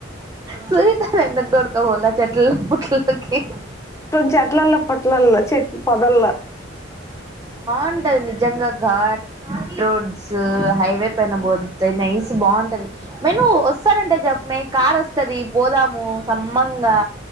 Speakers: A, on the right; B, on the left.
A: సునీతని ఎందుకు తొడకునిపోవాలా చెట్లోకిపూటలోకి
B: చెట్లలోపుట్లలో చెట్టు పోదాలో
A: బాంటది నిజంగా ఘాట్ రోడ్స్ హైవే పైన పోతే నైస్ బాగుంటది మె నువ్ వస్తానంటే జప్పమే కార్ వస్తది పోదాము సమ్మంగా